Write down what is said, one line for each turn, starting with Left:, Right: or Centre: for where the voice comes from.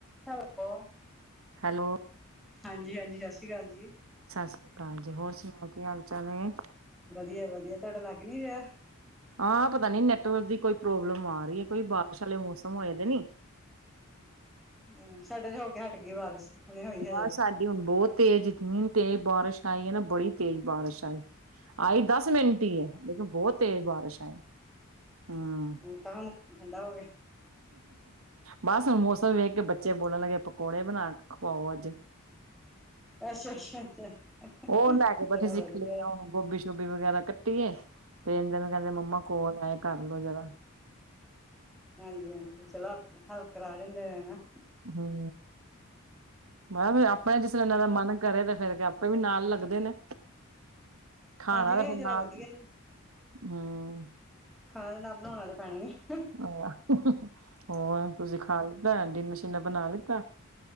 Centre: Hello.
Right: Hello.
Centre: ਹਾਂਜੀ-ਹਾਂਜੀ, ਸਤਿ ਸ਼੍ਰੀ ਅਕਾਲ ਜੀ।
Right: ਸਤਿ ਸ੍ਰੀ ਅਕਾਲ ਜੀ। ਹੋਰ ਸੁਣਾਓ ਜੀ ਹਾਲ-ਚਾਲ ਐ।
Centre: ਵਧੀਆ-ਵਧੀਆ, ਤੁਹਾਡਾ ਲੱਗ ਨੀ ਰਿਹਾ?
Right: ਆਹ ਪਤਾ ਨੀ ਨੈਟਵਰਕ ਦੀ ਕੋਈ ਪ੍ਰੋਬਲਮ ਆ ਰਹੀ ਐ। ਕੋਈ ਬਾਰਿਸ਼ ਵਾਲੇ ਮੌਸਮ ਹੋਏ ਦੇ ਨੀ।
Centre: ਹਮ ਸਾਡੇ ਤੇ ਹੋ ਕੇ ਹਟ ਗਈ ਬਾਰਿਸ਼। ਹੁਣੇ ਹੋਈ ਹਜੇ
Right: ਨਾ ਸਾਡੀ ਹੁਣ ਬਹੁਤ ਤੇਜ਼ ਇਨੀ ਤੇਜ਼ ਬਾਰਿਸ਼ ਆਈ ਨਾ, ਬੜੀ ਤੇਜ਼ ਬਾਰਿਸ਼ ਆਈ ਦਸ ਮਿੰਟ ਹੀ ਏ ਲੇਕਿਨ ਬਹੁਤ ਤੇਜ਼ ਬਾਰਿਸ਼ ਆਈ। ਹੂੰ
Centre: <unintelligible> ਹੁਣ ਠੰਡਾ ਹੋ ਗਿਆ।
Right: ਬਸ ਹੁਣ ਮੌਸਮ ਵੇਖ ਕੇ ਬੱਚੇ ਬੋਲਣ ਲੱਗੇ ਪਕੌੜੇ ਬਣਾ ਕੇ ਖਵਾਓ ਅੱਜ।
Centre: ਅੱਛਾ ਅੱਛਾ ਅੱਛਾ ਚਲੋ
Right: ਉਹ ਲੈ ਕੇ ਬੈਠੇ ਸੀ,
Centre: ਵਧੀਆ
Right: ਖਲੇਰਾ ਹੁਣ ਗੋਭੀ ਸੋਭੀ ਸ਼ੁਭੀ ਵਗੈਰਾ ਕੱਟੀ ਏ ਤੇ ਇਹਦੇ ਨੂੰ ਕਹਿੰਦੇ ਮੰਮਾ ਕੋਲ ਆਏ ਕਰਲ ਲੋ ਜਰਾ।
Centre: ਹਾਂਜੀ-ਹਾਂਜੀ, ਚਲੋ ਹੈਲਪ ਕਰਾ ਜਾਂਦੇ ਨੇ ਨਾ।
Right: ਹੂੰ। ਮੈਂ ਕਿਹਾ ਫੇਰ ਆਪਣਾ ਜਿਸ ਤਰ੍ਹਾਂ ਇਹਨਾਂ ਦਾ ਮਨ ਕਰੇ ਤਾਂ ਫੇਰ ਆਪੇ ਵੀ ਨਾਲ ਲੱਗਦੇ ਨੇ। ਖਾਣਾ
Centre: ਹਾਂਜੀ ਨਹੀਂ
Right: ਤੇ ਫਿਰ
Centre: ਚਲੋ
Right: ਨਾਲ,
Centre: ਵਧੀਆ
Right: ਹੂੰ।
Centre: ਖਾਣਾ ਤਾਂ ਨਾ ਬਣਾਉਣਾ ਤਾਂ ਪੈਣਾਗੇ।
Right: ਆਹ ਹੋਰ ਤੁਸੀਂ ਖਾ ਲਿੱਤਾ, ਡਿਨਰ ਸ਼ਿਨਰ ਬਣਾ ਲਿੱਤਾ।